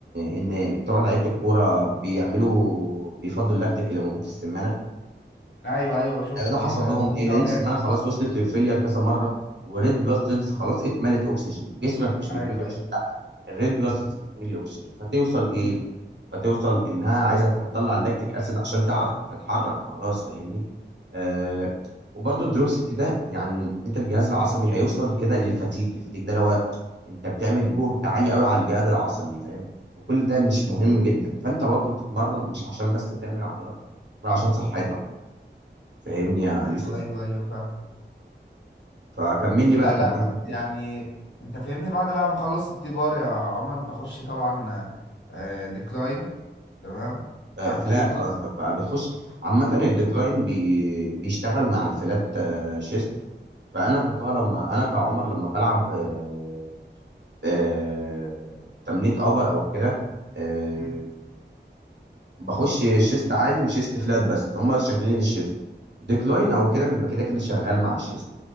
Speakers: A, on the right; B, on the left.
A: ان بتوع لعيبه الكوره بيعملوا بيفضوا اللاكتيك اللي موجود في السمانه
B: ايوه ايوه بشوفهم
A: ايوه ده حصل
B: بي- ده
A: لهم ليه
B: بيرجعوا
A: لان السمانه
B: جامد
A: خلاص وصلت للفيلير كذا مره والريد بلاد سيلز خلاص اتملت اكسجين جسمك مش
B: ايوه
A: بيتملي اكسجين
B: ايوه
A: الريد بلس سيلز بتميل اكسجين فتوصل ايه
B: امم
A: فتوصل انها عايزه تطلع اللاكتيك اسيد عشان تعرف تتحرك خلاص فاهمني آه وبرده الدروب ست ده يعني انت الجهاز العصبي هيوصل كده للفتيك الفتيك ده اللي هو انت بتعمل جهد عالي قوي على الجهاز العصبي فاهم وكل ده مش مهم جدا فانت برضو بتتمرن مش عشان بس تعمل عضلات بل عشان صحتك فاهمني يا
B: ايوه
A: يوسف
B: ايوه ايوه فاهم
A: فكمل لي
B: لا
A: بقى تمرينتك
B: لا بس يعني انت فاهمني بعد بقى ما اخلص التي بار يا عمر بخش طبعا آه ديكلاين تمام
A: فلات
B: على الكيبورد
A: قصدك بقى بتخش عامة الديكلاين بي بيشتغل مع الفلات آه، شيست فأنا كطه لما أنا كعمر لما بلعب آه، آه، تمرينة أبر أو كده آه،
B: امم
A: بخش شيست عالي وشيست فلات بس هما شكلين الشيست ديكلاين أو كده بيبقى كده كده شغال مع الشيست